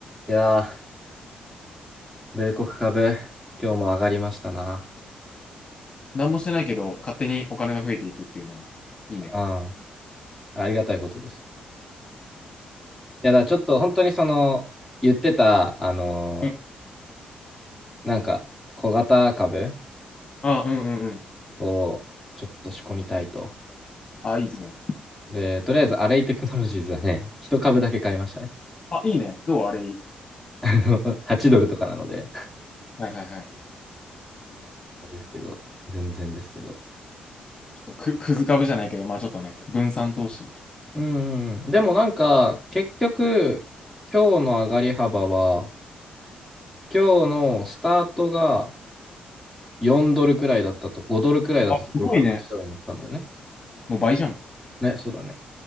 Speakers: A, in the centre; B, on the left.
A: いやー、米国株、今日も上がりましたな。
B: 何もしてないけど、勝手にお金が増えていくっていうのは、いいね。
A: うん。ありがたいことです。いや、だからちょっと本当にその、言ってた、あの
B: うん。
A: ーなんか、小型株
B: あ、うんうんうん。
A: をちょっと仕込みたいと。
B: あ、いいですね。
A: で、とりあえず、アレイテクノロジーズはね、一株だけ買いましたね。
B: あ、いいね。どうあれいい。
A: <laughs> 8ドルとかなので。
B: はいはいはい。ち
A: ですけど、全然ですけど。
B: ょっとく、くず株じゃないけど、まあちょっとね、分散投資。
A: うん。でもなんか、結局、今日の上がり幅は、今日のスタートが4ドルくらいだったと、5ドルくらいだったところから8ドルになったんだよね。
B: あ、すごいね。もう倍じゃん。
A: ね、そうだね。